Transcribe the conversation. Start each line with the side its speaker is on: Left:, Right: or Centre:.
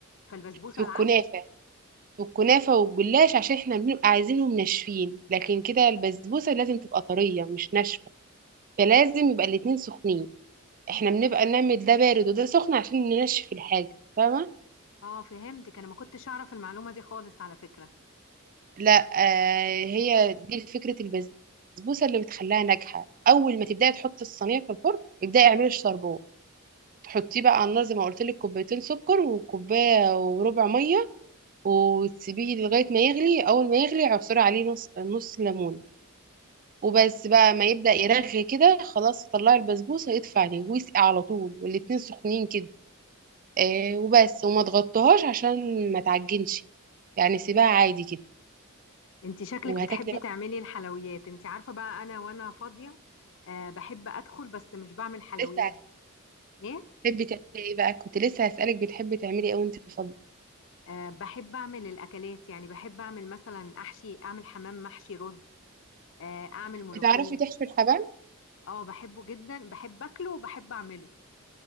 Left: فالبسبوسه
Right: في
Left: العكس
Right: الكنافه والكنافه والجلاش عشان احنا بنبقى عايزينهم ناشفين لكن كده البسبوسه لازم تبقى طريه مش ناشفه فلازم يبقى الاتنين سخنين احنا بنبقى نعمل ده بارد وده سخن عشان ننشف الحاجه فاهمه
Left: اه فهمتك انا ما كنتش اعرف المعلومه دي خالص على فكره
Right: لا آه هي دي فكرة البسبوسة اللي بتخليها ناجحة أول ما تبدأي تحطي الصينية في الفرن ابدأي اعملي الشربات تحطيه بقى على النار زي ما قلت لك كوبايتين سكر وكوباية وربع مية وتسيبيه لغاية ما يغلي أول ما يغلي عصري عليه نص نص ليمونة وبس بقى ما يبدأ يرغي كده خلاص طلعي البسبوسة اطفي عليه ويسقي على طول والاتنين سخنين كده آه وبس وما تغطيهاش عشان ما تعجنش يعني سيبها عادي كده
Left: انت شكلك
Right: وهتاكلي
Left: بتحبي
Right: بقى
Left: تعملي الحلويات انت عارفه بقى انا وانا فاضيه آه بحب ادخل بس مش بعمل حلويات
Right: لسه
Left: ايه
Right: بتحبي تعملي ايه بقى كنت لسه هسألك بتحبي تعملي ايه وانت فاضية
Left: آه بحب اعمل الاكلات يعني بحب اعمل مثلا احشي اعمل حمام محشي رز آه، اعمل ملوخيه
Right: بتعرفي تحشي الحبام
Left: اه بحبه جدا بحب اكله وبحب اعمله